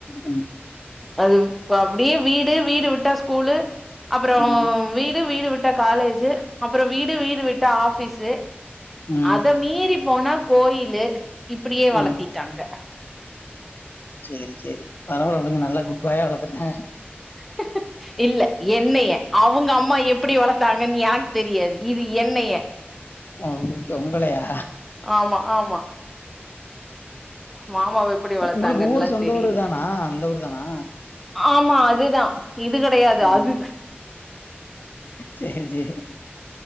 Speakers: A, on the left (about 55°); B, in the centre.
A: ம்
B: அது அப்படியே வீடு வீடு விட்டா ஸ்கூலு அப்புற
A: ம்
B: வீடு வீடு விட்டா காலேஜு அப்புற வீடு வீடு விட்டா ஆஃபீஸு
A: ம்
B: அத மீறி போனா கோயிலு இப்பிடியே வளத்திட்டாங்க
A: ம் சேரி சேரி பரவால விடுங்க நல்ல குட் பாயா வளத்துருக்காங்க
B: <inaudible> இல்ல என்னைய அவங்க அம்மா எப்படி வளத்தாங்கன் எனக்கு தெரியாது இது என்னைய
A: ஓ ஒங்களையா
B: ஆமா ஆமா மாமாவ எப்டி வளத்தாங்கன்னுலா
A: உங்களுக்கு ஊரு சொந்த
B: தெரில
A: ஊர் இதானா இந்த ஊர் தானா
B: ஆமா அதுதா இது கெடையாது
A: ம்
B: அது
A: சரி சரி